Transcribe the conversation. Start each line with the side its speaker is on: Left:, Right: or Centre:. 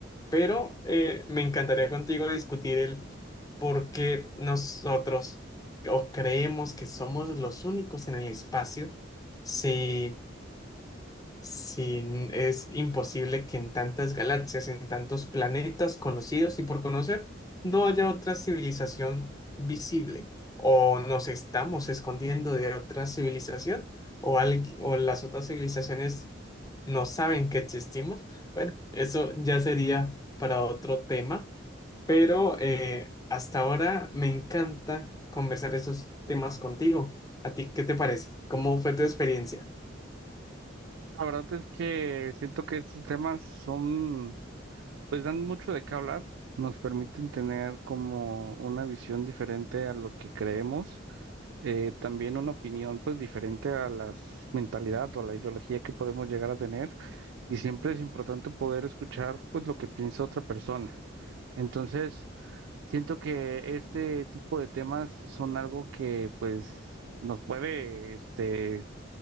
Left: pero eh, me encantaría contigo discutir el por qué nosotros o creemos que somos los únicos en el espacio, si Sí, es imposible que en tantas galaxias, en tantos planetas conocidos y por conocer, no haya otra civilización visible. O nos estamos escondiendo de otra civilización, o, algui- o las otras civilizaciones no saben que existimos. Bueno, eso ya sería para otro tema, pero eh, hasta ahora me encanta conversar esos temas contigo. ¿A ti qué te parece? ¿Cómo fue tu experiencia?
Right: La verdad es que siento que estos temas son, pues dan mucho de qué hablar, nos permiten tener como una visión diferente a lo que creemos, eh, también una opinión pues diferente a la mentalidad o a la ideología que podemos llegar a tener y siempre es importante poder escuchar pues lo que piensa otra persona. Entonces, siento que este tipo de temas son algo que pues nos puede este